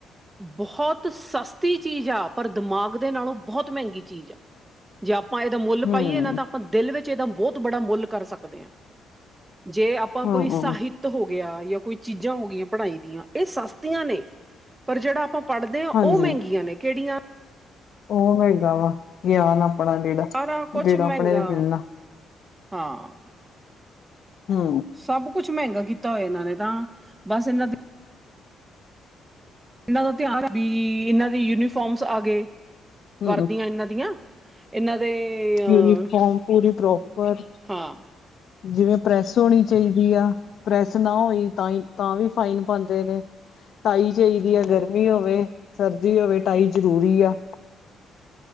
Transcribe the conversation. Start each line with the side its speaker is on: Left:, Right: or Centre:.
Right: ਬਹੁਤ ਸਸਤੀ ਚੀਜ ਆ ਪਰ ਦਮਾਗ ਦੇ ਨਾਲੋਂ ਬਹੁਤ ਮਹਿੰਗੀ ਚੀਜ ਆ ਜੇ ਆਪਾਂ ਇਹਦਾ ਮੁੱਲ
Left: ਹੂੰ
Right: ਪਾਈਏ ਨਾ ਤਾਂ ਆਪਾਂ ਦਿਲ ਵਿੱਚ ਇਹਦਾ ਬਹੁਤ ਬੜਾ ਮੁੱਲ ਕਰ ਸਕ ਦੇਖਦੇ ਹਾ, ਜੇ ਆਪਾਂ
Left: ਹਾਂ
Right: ਕੋਈ ਸਾਹਿਤ
Left: ਹਾਂ
Right: ਹੋ ਗਿਆ ਜਾਂ ਕੋਈ ਚੀਜ਼ਾਂ ਹੋ ਗਈਆਂ ਪੜ੍ਹਾਈ ਦੀਆਂ ਇਹ ਸਸਤੀਆਂ ਨੇ ਪਰ ਜਿਹੜਾ ਆਪਾਂ ਪੜ੍ਹਦੇ ਹਾਂ
Left: ਹਾਂਜੀ
Right: ਉਹ ਮਹਿੰਗੀਆਂ ਨੇ ਕਿਹੜੀਆਂ
Left: ਉਹ ਹੈਗਾ ਵਾ ਗਿਆਨ ਆਪਣਾ ਜਿਹੜਾ।
Right: ਸਾਰਾ ਕੁਛ
Left: ਜਿਹੜਾ ਆਪਣੇ
Right: ਮਹਿੰਗਾ,
Left: ਨੂੰ ਮਿਲਣਾ
Right: ਹਾਂ।
Left: ਹੂ
Right: ਸਭ ਕੁਛ ਮਹਿੰਗਾ ਕੀਤਾ ਹੋਇਆ ਇਹਨਾਂ ਨੇ ਤਾਂ, ਬਸ ਇਹਨਾਂ ਦਾ ਇਨਾਂ ਦਾ ਧਿਆਨ ਵੀ ਇਹਨਾਂ ਦੇ ਯੂਨੀਫੋਮਜ ਆ ਗੇ
Left: ਹੂੰ
Right: ਵਰਦੀਆਂ ਇਨਾਂ ਦੀਆਂ। ਇਹਨਾਂ ਦੇ ਅ
Left: ਯੂਨੀਫੋਮ ਪੂਰੀ ਪ੍ਰੋਪਰ
Right: ਹਾਂ
Left: ਜਿਵੇਂ ਪ੍ਰੈਸ ਹੋਣੀ ਚਾਹੀਦੀ ਆ। ਪ੍ਰੈਸ ਨਾ ਹੋਈ ਤਾਂ ਹੀ, ਤਾਂ ਵੀ ਫਾਈਨ ਪਾਉਂਦੇ ਨੇ। ਟਾਈ ਚਾਹੀਦੀ ਆ, ਗਰਮੀ ਹੋਵੇ ਸਰਦੀ ਹੋਵੇ ਟਾਈ ਜ਼ਰੂਰੀ ਆ।